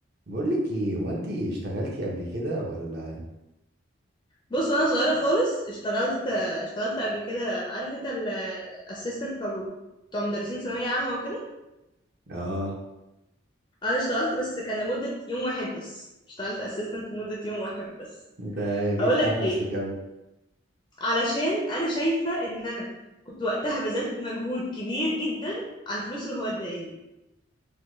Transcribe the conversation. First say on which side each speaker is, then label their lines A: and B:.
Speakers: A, on the right (about 50°); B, on the left (about 20°).
A: بقول لك ايه هو انت اشتغلتي قبل كده ولا
B: بص وانا صغيره خالص اشتغلت اشتغلت قبل كده عارف انت الاسيستنت بتاع بتاع مدرسين ثانويه عامه وكده
A: اه
B: انا اشتغلت بس كان لمده يوم واحد بس اشتغلت اسيستنت لمده يوم واحد بس
A: ده جيتي
B: هقول لك
A: على نفسك
B: ليه
A: قوي
B: علشان انا شايفه ان انا كنت وقتها بذلت مجهود كبير جدا على الفلوس اللي هو اداني